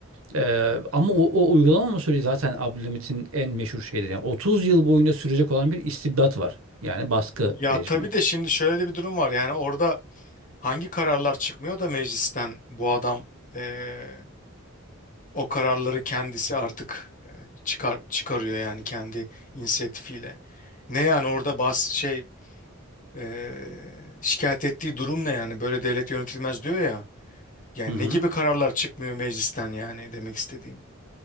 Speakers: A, on the right; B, on the left.
A: e, ama o, o uygulamama süreci zaten Abdülhamit'in en meşhur şeyleri. Yani 30 yıl boyunca sürecek olan bir istibdat var. Yani baskı
B: Ya
A: rejimi.
B: tabii de şimdi şöyle de bir durum var. Yani orada hangi kararlar çıkmıyor da meclisten bu adam eee, o kararları kendisi artık eee, çıkar çıkarıyor yani kendi inisiyatifiyle. Ne yani orada bas şey eee, şikayet ettiği durum ne yani böyle devlet yönetilmez diyor ya. Yani
A: Hı hı.
B: ne gibi kararlar çıkmıyor meclisten yani demek istediğim.